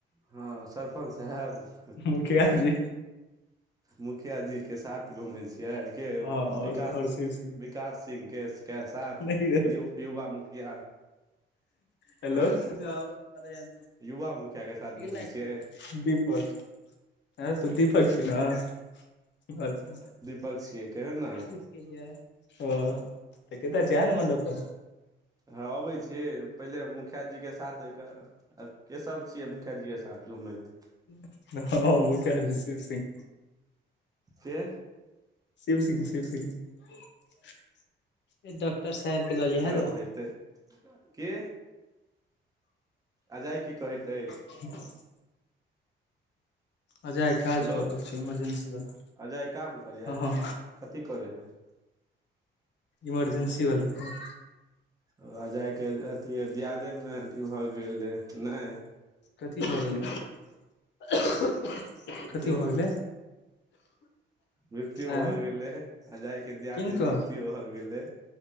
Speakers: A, on the right; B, on the left.
A: हँ सरपञ्च साहेब
B: मुखिया जी
A: मुखिया जी के साथ घूमै छियै के
B: हँ और
A: विकास
B: और शिव सिंह
A: विकास सिंहके के साथ
B: नहि
A: युवा मुखिया
B: हेलो
A: आँय
B: <unintelligible> <unintelligible>
A: युवा मुखिया के साथ घूमै छियै
B: दीपक ऐं रौ तू दीपक छिही न अच्छा अच्छा
A: पक छियै कहियौ ने
B: ओ तऽ कतऽ छे आने मंडप पर
A: हँ अबै छियै पहिले मुखिया जीके साथ दे कऽ आ के सब छियै मुखिया जी के साथ घूमैत
B: हम मुखिया जी शिवसिंव
A: के
B: शिव सिंह शिव सिंह डॉक्टर साहब के लऽ लिहें
A: खराब
B: रौ
A: हेतै के अजय की कहैत अछि?
B: <inaudible> अजय काज
A: हेलो
B: कऽ रहल छी इमरजेंसी वाला
A: अजय काम करैये
B: हँ हँ
A: की कथी करै हय <inaudible>
B: इमरजेंसी बला काम
A: ओ अजयके अथी दियादेमे अथी भऽ गेलै नय
B: कथी भऽ गेलै कथी
A: अथी
B: भऽ गेलै?
A: मृत्यु
B: आँ
A: भऽ गेलै, अजय के दियादी
B: किनकर
A: मृत्यु भऽ गेलै।